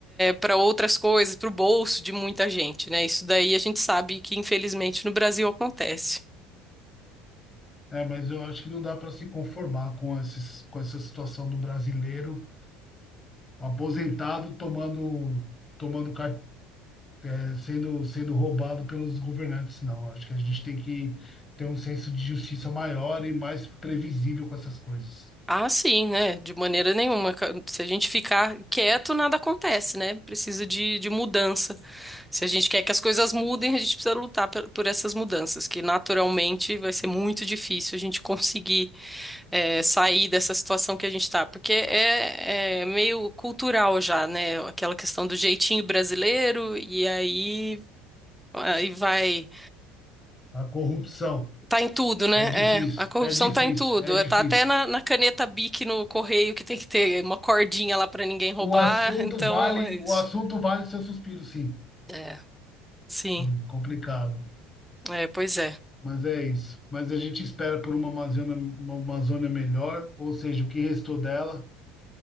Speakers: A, in the centre; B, on the left.
A: para outras coisas, para o bolso de muita gente, né? Isso daí a gente sabe que infelizmente no Brasil acontece.
B: É, mas eu acho que não dá para se conformar com esses, com essa situação do brasileiro aposentado tomando, tomando, car- eh, sendo, sendo roubado pelos governantes, não. Acho que a gente tem que ter um senso de justiça maior e mais previsível com essas coisas.
A: Ah, sim, né? De maneira nenhuma. Ca- Se a gente ficar quieto, nada acontece, né? Precisa de, de mudança. Se a gente quer que as coisas mudem, a gente precisa lutar pe- por, essas mudanças, que naturalmente vai ser muito difícil a gente conseguir eh, sair dessa situação que a gente está, porque é, é meio cultural já, né? Aquela questão do jeitinho brasileiro, e aí, aí vai.
B: A corrupção
A: Tá em tudo, né?
B: é difícil,
A: É, a corrupção
B: é difícil,
A: tá em tudo.
B: é difícil.
A: Tá até na, na caneta Bic no correio que tem que ter uma cordinha lá pra ninguém roubar.
B: O assunto
A: Então,
B: vale,
A: é isso.
B: o assunto vale seu suspiro, sim.
A: É, sim.
B: Hum, complicado.
A: É, pois é.
B: Mas é isso. Mas a gente espera por uma Amazônia, uma Amazônia melhor, ou seja, o que restou dela,